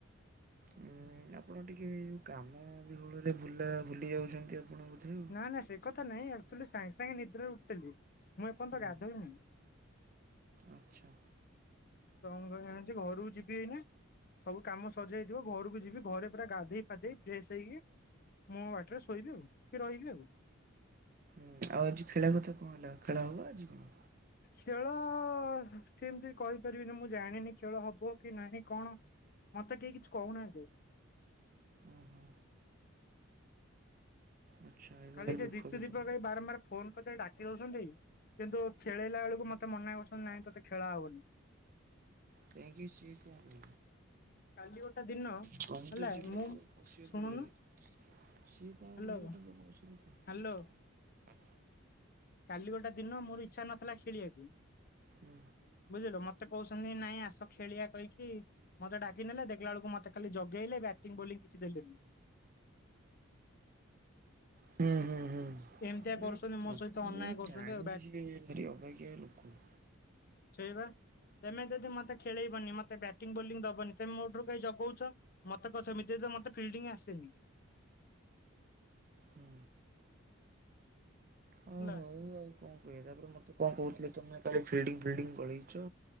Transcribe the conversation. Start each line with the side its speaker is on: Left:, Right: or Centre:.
Right: ଉଁ ଆପଣ ଟିକେ କାମ ବିହୁଳ ରେ ଭୁଲା ଭୁଲି ଯାଉଛନ୍ତି ଆପଣ ଆଉ।
Left: ନା ନାଁ ସେ କଥା ନାଇଁ ଆକ୍ଚୁଆଲି ସାଙ୍ଗେ ସାଙ୍ଗେ ନିଦରେ ଉଠଥିଲି ମୁଁ ଏପଯ୍ୟନ୍ତ
Right: ହୁଁ
Left: ଗାଧୋଇନି।
Right: ଆଚ୍ଛା।
Left: ତଁ କଇଁ ଆଜି ଘରକୁ ଯିବି ଏଇନା। ସବୁ କାମ ସରିଯାଇଥିବ ଘରକୁ ଯିବି ଘରେ ପୁରା ଗାଧେଇ ପାଧେଇ ଫ୍ରେଶ ହେଇକି ମୁଁ ବାଟରେ ଶୋଇବି ଆଉ କି ରହିବି ଆଉ।
Right: ହୁଁ ଆଉ ଆଜି ଖେଳ କଥା କଁ ହେଲା ଖେଳ ହବ ଆଜି କଣ?
Left: ଖେଳ କେମତି କହିପାରିବିନି ମୁଁ ଜାଣିନି ଖେଳ ହବ କି ନାହିଁ କଣ? ମତେ କେହି କିଛି କୋହୁନାହାନ୍ତି?
Right: ଉଁ ହୁଁ। ଆଚ୍ଛା ଏ ଭାରି
Left: ଖାଲି ସେ
Right: ଦୁଃଖ
Left: ଦୀପ୍ତି
Right: ବିଷୟ
Left: ଦୀପକ ଭାଇ ବାରମ୍ବାର ଫୋନ କରି ଦେଇ ଡା କି ଦୋଉଛନ୍ତି କିନ୍ତୁ ଖେଳେଇଲା ବେଳୁକୁ ମତେ ମନା କରୁଛନ୍ତି ନାଇଁ ତୋତେ ଖେଳା ହବନି।
Right: କାଇଁକି ସିଏ କଣ କି?
Left: କାଲି ଗୋଟେ ଦିନ
Right: ତମେ
Left: ହେଲା
Right: ତ ଯିବ
Left: ମୁଁ
Right: ପଶିବ
Left: ଶୁଣୁନୁ
Right: ପଡିଆରେ। ସିଏ
Left: ହ୍ୟାଲୋ
Right: କଁ କହିବ ତାଙ୍କ ବୟଷ କେତେ।
Left: ହ୍ୟାଲୋ କାଲି ଗୋଟେ ଦିନ ମୋର ଇଚ୍ଛା ନଥିଲା ଖେଳିବାକୁ।
Right: ହୁଁ।
Left: ବୁଝିଲ ମତେ କହୁଛନ୍ତି ନାଇଁ ଆସ ଖେଳିଆ କହିକି ମତେ ଡାକିନେଲେ ଦେଖିଲା ବେଳକୁ ମୋତେ ଖାଲି ଜଗେଇଲେ ବ୍ୟାଟିଂ ବୋଲିଂ କିଛି ଦେଲେନି।
Right: ହୁଁ ହୁଁ ହୁଁ।
Left: ଏମିତିଆ
Right: ନାଇ
Left: କରୁଛନ୍ତି
Right: ତାଙ୍କୁ
Left: ମୋ ସହିତ ଅନ୍ୟାୟ
Right: ମୁଁ
Left: କରୁଛନ୍ତି
Right: ଜାଣିଛି
Left: ଆଉ ବ୍ୟାଟ
Right: ସିଏ ଭାରି ଅବାଗିଆ ଲୋକ।
Left: ସେିଇବା ତେମେ ଯଦି ମତେ ଖେଳେଇବନି ମତେ ବ୍ୟାଟିଂ ବୋଲିଂ ଦବନି ତେମେ ମୋ ଠୁ କାଇଁ ଜଗୋଉଛ। ମତେ କଛମିତିତ ମତେ ଫିଲ୍ଡିଂ ଆସେନି।
Right: ହୁଁ। ହଁ
Left: ନା।
Right: ହଉ ଆଉ କଣ କହିବା ତାପରେ ମତେ କଣ କହୁଥିଲେ ତମେ କାଲି ଫିଲ୍ଡିଙ୍ଗ ଫିଲ୍ଡିଙ୍ଗ ଗଳେଇଛ